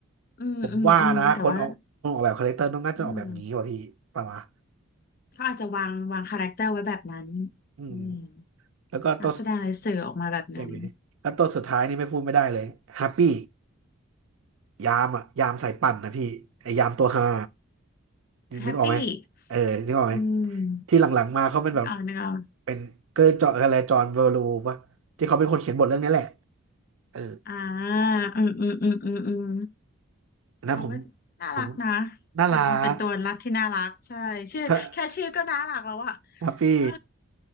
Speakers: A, on the left; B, on the right.
A: อืมอืมอืมแต่ว่า
B: ผมว่านะคนออกคนออกแบบคาแรคเตอร์ต้องน่าจะออกแบบนี้ว่ะพี่ประมาณ
A: อืมเขาอาจจะวางวางคาแรคเตอร์ไว้แบบนั้น
B: อืม
A: อืม
B: แล้วก็ตัว
A: นักแสดงเลยสื่อออกมาแบบนั้น
B: เอ็มวีแล้วตัวสุดท้ายนี่ไม่พูดไม่ได้เลยแฮปปี้ ยามอ่ะยามสายปั่นนะพี่ไอยามตัวฮา
A: แฮปปี้
B: นึกออกไหมเออนึกออกไหม
A: อืม
B: ที่หลังๆมาเขาเป็นแบบ
A: นึกออกนึกออก
B: เป็นเกอร์จออะไรจอห์นเวอร์ลูปะที่เขาเป็นคนเขียนบทเรื่องนี้แหละเออ
A: อ่าอืมอืมอืมอืมอืม
B: อันนั้นผม
A: เขาก็น่ารักนะ
B: ผมน่ารัก
A: เป็นเป็นตัวรักที่น่ารักใช่ชื่อแค่ชื่อก็น่ารักแล้วอะ
B: ถ้ครับพี่
A: เออ